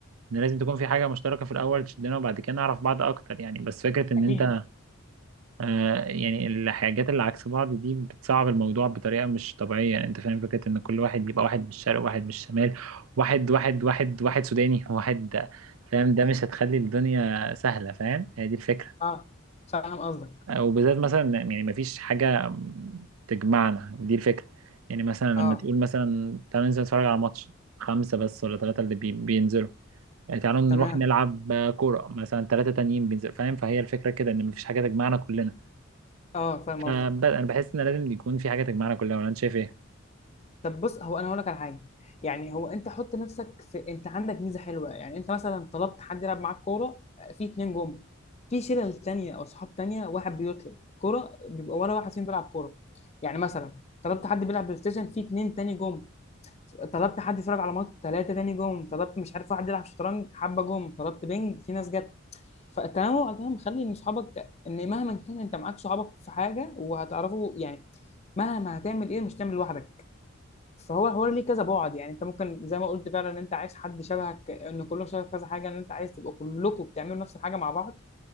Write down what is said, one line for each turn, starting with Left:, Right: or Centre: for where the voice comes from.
Right: ان لازم تكون في حاجة مشتركة في الاول تشدنا وبعد كده نعرف بعض اكتر يعني بس فكرة ان
Left: اكيد
Right: انت آه، يعني الحاجات اللي عكس بعض دي بتصعب الموضوع بطريقة مش طبيعية يعني انت فاهم فكرة ان كل واحد يبقى واحد من الشرق واحد من الشمال واحد واحد واحد واحد سوداني واحد فاهم ده مش هتخلي الدنيا سهلة فاهم هي دي الفكرة
Left: اه فاهم قصدك
Right: آه، وبالذات مثلا يعني مفيش حاجة تجمعنا دي الفكرة يعني مثلا لما
Left: اه
Right: تقول مثلا تعالوا ننزل نتفرج على ماتش خمسة بس ولا ثلاثة اللي بي- بينزلوا يعني تعالوا نروح
Left: تمام
Right: نلعب آه، كورة مثلا ثلاثة تانيين بينزلوا فاهم فهي الفكرة كده ان مفيش حاجة تجمعنا كلنا
Left: اه فاهم
Right: فب-
Left: قصدك
Right: انا بحس ان لازم يكون في حاجه تجمعنا كلنا ولا انت شايف ايه
Left: طب بص هو انا هقول لك على حاجه يعني هو انت حط نفسك في انت عندك ميزه حلوه يعني انت مثلا طلبت حد يلعب معاك كوره في اتنين جم في شلل تانية او صحاب تانية واحد بيطلب كوره بيبقى ولا واحد فيهم بيلعب كوره يعني مثلا طلبت حد بيلعب بلاي ستيشن في اتنين تاني جم طلبت حد يتفرج على ماتش ثلاثه تاني جم طلبت مش عارف واحد يلعب شطرنج حبه جم طلبت بينج في ناس جت فالتنوع ده مخلي ان صحابك ان مهما كان انت معاك صحابك في حاجه وهتعرفوا يعني مهما هتعمل ايه مش تعمل لوحدك فهو حوار ليه كذا بعد يعني انت ممكن زي ما قلت فعلا ان انت عايز حد شبهك ان كلهم شبه كذا حاجه ان انت عايز تبقوا كلكم بتعملوا نفس الحاجه مع بعض